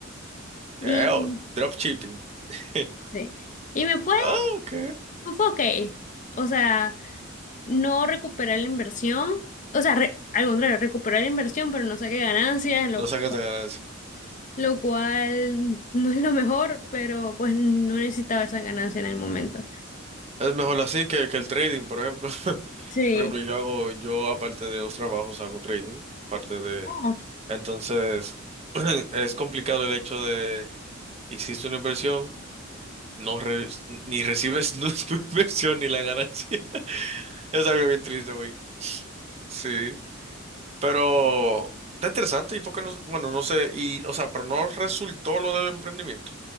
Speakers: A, on the left (about 35°); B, on the right (about 30°).
A: Y,
B: Eh, oh, dropshipping. <laughs>
A: sí. Y me fue
B: Ah, ok.
A: fue ok. O sea, no recuperé la inversión. O sea, re- al contrario, recuperé la inversión, pero no saqué ganancias, lo,
B: No sacas de ganancia.
A: lo cual <laughs> no es lo mejor, pero pues no necesitaba esa ganancia en el momento.
B: Es mejor así que, que el trading, por ejemplo. <laughs>
A: Sí.
B: Por ejemplo, yo hago, yo aparte de los trabajos hago trading, parte de...
A: Ah,
B: Entonces, <clears throat> es complicado el hecho de, hiciste una inversión. no re- ni recibes <laughs> tu inversión ni la ganancia. <laughs> Es algo bien triste, güey. Sí, pero está interesante y por qué no, bueno, no sé, y, o sea, pero no resultó lo del emprendimiento.